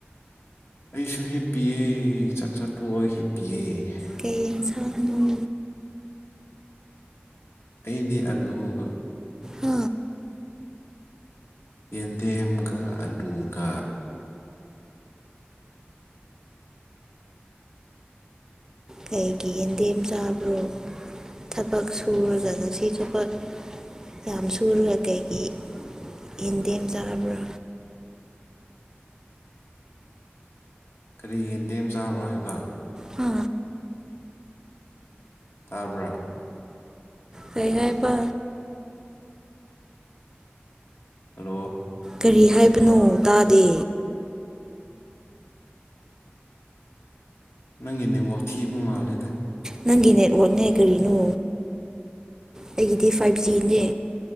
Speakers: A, on the left (about 75°); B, on the right (about 15°).
A: ꯑꯩꯁꯨ ꯍꯤꯞꯄꯤꯌꯦ ꯆꯥꯛ ꯆꯥ ꯇꯣꯛꯑꯒ ꯍꯤꯞꯄꯤꯑꯦ
B: ꯀꯩ ꯏꯟꯁꯥꯡꯅ
A: ꯑꯗꯤ ꯑꯂꯨꯒ
B: ꯑ
A: ꯌꯦꯗꯦꯝꯒ ꯑꯂꯨꯒ
B: ꯀꯩꯒꯤ ꯌꯦꯟꯗꯦꯝ ꯆꯥꯕ꯭ꯔꯣ ꯊꯕꯛ ꯁꯨꯔꯒ ꯊꯕꯛ ꯌꯥꯝ ꯁꯨꯔꯒ ꯀꯩꯒꯤ ꯌꯦꯟꯗꯦꯝ ꯆꯥꯔꯕ꯭ꯔꯥ
A: ꯀꯔꯤ ꯌꯦꯟꯗꯦꯝ ꯆꯥꯕ꯭ꯔꯣ ꯍꯥꯏꯕ
B: ꯍꯥ
A: ꯇꯥꯕ
B: ꯍꯥꯏꯕ
A: ꯍꯜꯂꯣ
B: ꯀꯔꯤ ꯍꯥꯏꯕꯅꯣ ꯇꯥꯗꯦ
A: ꯅꯪꯒꯤ ꯅꯦꯠꯋꯥꯛ ꯊꯤꯕ ꯃꯥꯜꯂꯦꯗ
B: ꯅꯪꯒꯤ ꯅꯦꯠꯋꯛꯅꯦ ꯀꯔꯤꯅꯣ ꯑꯩꯒꯤꯗꯤ ꯐꯥꯏꯚ ꯖꯤꯅꯦ